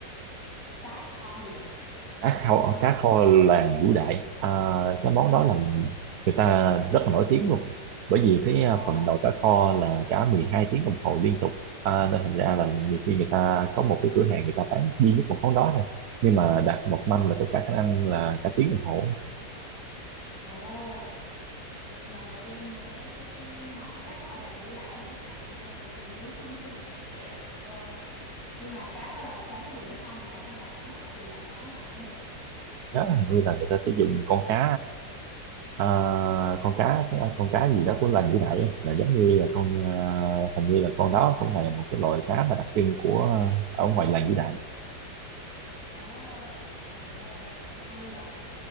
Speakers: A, on the left; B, on the right.
A: cá kho gì ạ?
B: cá kho
A: Cá.
B: cá kho làng Vũ Đại à, cái món
A: Ồ,
B: đó là người ta rất là nổi tiếng luôn bởi vì cái à,
A: ồ,
B: phần nồi cá kho là cả 12 tiếng đồng hồ liên tục à, nên thành ra là nhiều khi người ta có một cái cửa hàng người ta bán duy nhất một món đó thôi nhưng mà đặt một mâm là có cả khả năng là cả tiếng đồng hồ
A: ồ. Lần đầu tiên em nghe tới cái cái cái món <laughs> cá kho làng vũ đại <laughs> chắc là em phải tìm kiếm thông tin đó. Ờ, nhưng mà cá đó là cá gì để kho vậy anh hay là bất kỳ loại cá nào cũng được?
B: nhớ là hình như là người ta sử dụng con cá à, con cá con cá gì đó của làng Vũ Đại ấy. là giống như là con à, hình như là con đó cũng là một cái loại cá mà đặc trưng của à, ở ngoài làng Vũ Đại
A: Ờ, ồ, hay vậy.